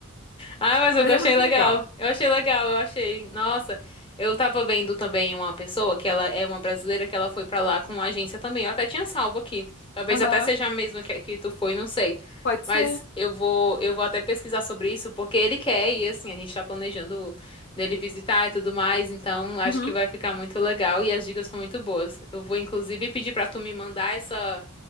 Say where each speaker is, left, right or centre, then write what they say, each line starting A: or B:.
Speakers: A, on the left; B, on the left.
A: Ah, mas eu
B: Mas é
A: achei
B: muito
A: legal.
B: legal.
A: Eu achei legal, eu achei. Nossa, eu tava vendo também uma pessoa que ela é uma brasileira que ela foi pra lá com uma agência também. Eu até tinha salvo aqui. Talvez
B: Aham.
A: até seja a mesma que, que tu foi, não sei.
B: Pode
A: Mas
B: ser.
A: eu vou, eu vou até pesquisar sobre isso porque ele quer e assim, a gente tá planejando dele visitar e tudo mais, então acho
B: Uhum.
A: que vai ficar muito legal e as dicas são muito boas. Eu vou inclusive pedir pra tu me mandar essa,